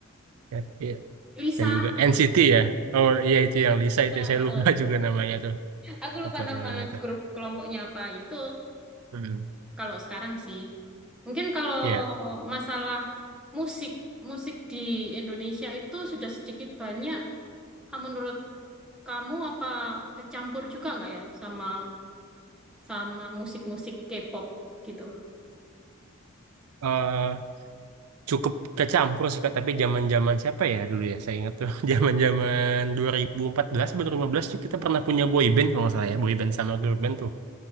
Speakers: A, on the right (about 80°); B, in the centre.
A: Ya, iya.
B: Lisa
A: Saya juga NCT ya. Oh iya itu yang Lisa
B: Lisa
A: itu saya
B: heeh.
A: lupa <laughs> juga namanya tuh.
B: aku lupa
A: Apa
B: nama
A: tuh namanya itu?
B: grup kelompoknya apa gitu
A: Hmm.
B: kalau sekarang sih mungkin kalau
A: Iya.
B: masalah musik musik di Indonesia itu sudah sedikit banyak ah, menurut Kamu apa kecampur juga nggak ya sama sama musik-musik K-pop gitu?
A: Eh, cukup kecampur sih Kak, tapi zaman-zaman siapa ya dulu ya? Saya ingat tuh <laughs> zaman-zaman 2014 atau 2015 tuh kita pernah punya boy band kalau nggak salah ya, boy band sama girl band tuh.